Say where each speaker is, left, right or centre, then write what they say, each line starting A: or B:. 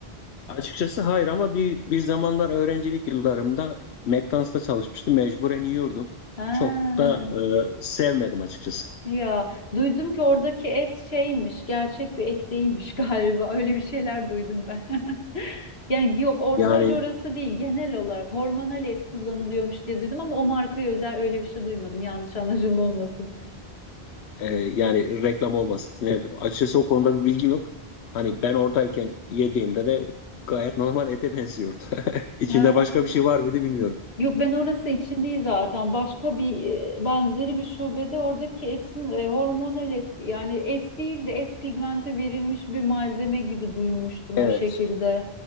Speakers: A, on the left (about 85°); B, on the left (about 70°).
A: Açıkçası hayır ama bir, bir zamanlar öğrencilik yıllarımda McDonald's'ta çalışmıştım. Mecburen yiyordum.
B: Ha.
A: Çok da e, sevmedim açıkçası.
B: Ya duydum ki oradaki et şeymiş, gerçek bir et değilmiş <laughs> galiba. Öyle bir şeyler duydum ben. <laughs> Yani yok, or
A: Yani
B: sadece orası değil, genel olarak hormonal et kullanılıyormuş diye duydum ama o markaya özel öyle bir şey duymadım. Yanlış anlaşılma olmasın.
A: e, yani reklam olmasın. Yani açıkçası o konuda bir bilgim yok. Hani ben oradayken yediğimde de gayet normal ete benziyordu. <laughs> İçinde
B: Ha.
A: başka bir şey var mıydı bilmiyorum.
B: Yok ben orası için değil zaten. Başka bir e, benzeri bir şubede oradaki etin e, hormonal et yani et değil de et pigmenti verilmiş bir malzeme gibi duymuştum
A: Evet.
B: o şekilde.